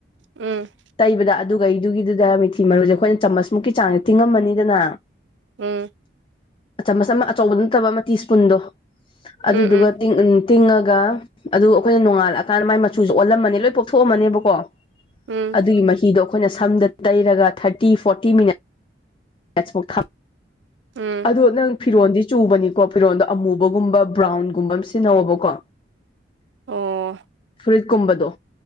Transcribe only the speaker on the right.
ꯎꯝ
ꯎꯝ
ꯎꯝ
ꯎꯝ ꯎꯝ
ꯎꯝ
ꯑꯣ